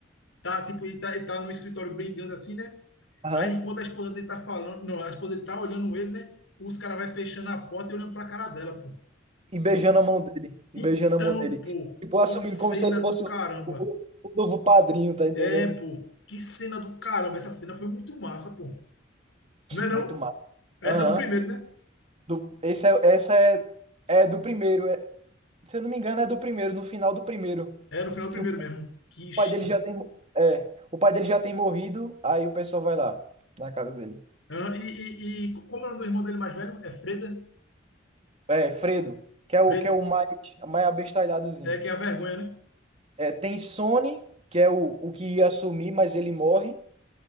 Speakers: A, on the left (about 80°); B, on the right (about 35°).
A: tá, tipo, ele tá, ele tá no escritório brigando assim, né?
B: Aham.
A: Aí enquanto a esposa dele tá falando, não, a esposa dele tá olhando ele, né? Os caras vai fechando a porta e olhando pra cara dela, pô.
B: e beijando
A: Tu-
B: a mão dele, e
A: Então,
B: beijando a mão dele.
A: pô,
B: Tipo, assumindo
A: que cena
B: como se ele
A: do
B: fosse
A: caramba.
B: o, o- o novo padrinho, tá entendendo?
A: É, pô, que cena do caramba. Essa cena foi muito massa, pô. Não é não?
B: Muito mal.
A: Essa
B: Aham.
A: é do primeiro, né?
B: Do- Esse é, essa é, é do primeiro. é- se eu não me engano, é do primeiro, no final do primeiro.
A: É, no final do
B: Que
A: primeiro
B: o
A: mesmo. Que chi...
B: pai dele já tem. mo- É, o pai dele já tem morrido, aí o pessoal vai lá, na casa dele.
A: Ah, e, e, e como é o nome do irmão dele mais velho? É Freda?
B: É, Fredo, que
A: Fred,
B: é o, que é o mais, mais abestalhadozinho.
A: É que é a vergonha, né?
B: É, tem Sony, que é o, o que ia assumir, mas ele morre.